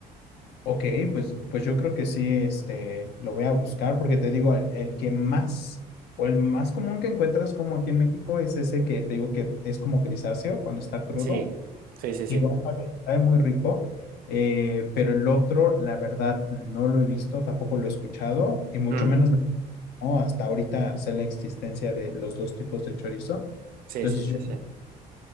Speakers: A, on the left; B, on the right.
A: Ok, pues, pues yo creo que sí, este, lo voy a buscar porque te digo, el, el que más o el más común que encuentras como aquí en México es ese que te digo que es como grisáceo cuando está crudo.
B: Sí, sí, sí,
A: Igual
B: sí.
A: sabe sabe muy rico, eh, pero el otro, la verdad, no lo he visto, tampoco lo he escuchado y mucho
B: Mm,
A: menos no, hasta ahorita sé la existencia de los dos tipos de chorizo.
B: sí,
A: Entonces,
B: sí, sí,
A: yo
B: sí.